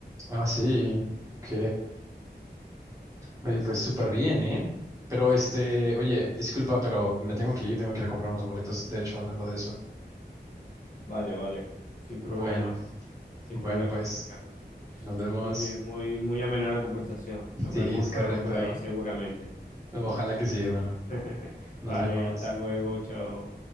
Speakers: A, on the right; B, on the left.
A: Ah, sí, ok. Oye,
B: Y bueno,
A: pues súper bien, ¿eh? Pero
B: sí,
A: este, oye, disculpa, pero me tengo que ir, tengo que ir a comprar unos boletos, de hecho, hablando de eso.
B: Vale, vale, sin problema,
A: Bueno,
B: sin
A: bueno,
B: problema,
A: pues
B: Ricardo.
A: nos vemos.
B: Muy bien, muy, muy amena la conversación.
A: <laughs>
B: Nos
A: Sí,
B: vemos
A: es correcto.
B: luego por ahí seguramente.
A: Ojalá que sí, hermano.
B: <laughs>
A: Nos
B: Vale,
A: vemos.
B: hasta luego, chao.